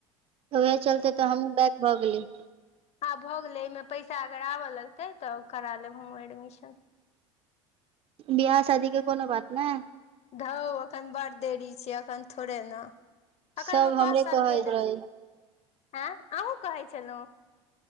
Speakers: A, on the right; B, on the left.
A: ओएहे चलते तऽ हमहूँ बैक भऽ गेलीयै।
B: आ भऽ गेलै एहिमे पैसा अगर आबऽ लगतै तऽ करा लेब हमहूँ एडमिशन।
A: बियाह शादी के कोनो बात नहि।
B: घउ एखन बड़ देरी छै एखन थोड़े नऽ एखन
A: सब
B: उमे
A: हमरे
B: पाँच साल
A: कहैत
B: कहि देलथिन
A: रहै
B: आँ अहूँ कहै छलहुँ।